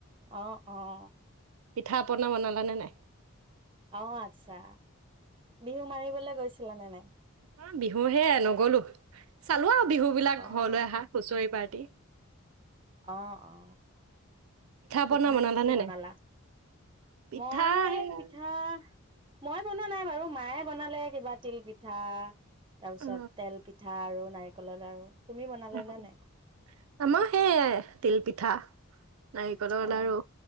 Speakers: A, on the right (about 20°); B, on the right (about 80°).
A: আহ আহ
B: পিঠা পনা বনালানে নাই?
A: আহ আচ্ছা বিহু মাৰিবলৈ গৈছিলা নে নাই?
B: অ বিহু হে নগলো চালো আ বিহু বিলাক
A: অ',
B: ঘৰলৈ আহা হুঁচৰি পাৰ্টি
A: অ অ পিঠা
B: পনা বনালানে
A: কি কি বনালা?
B: নাই? পিঠা
A: মই
B: সেয়া
A: পিঠা মই বনোৱা নাই বাৰু মায়ে বনালে, কিবা তিল পিঠা তাপিছত,
B: অ,
A: তেল পিঠা আৰু নাৰিকলৰ লাৰু তুমি বনালে
B: অহ্-অম
A: নে নাই?
B: সেয়ায় তিল পিঠা নাৰিকলৰ
A: অ',
B: লাৰু,,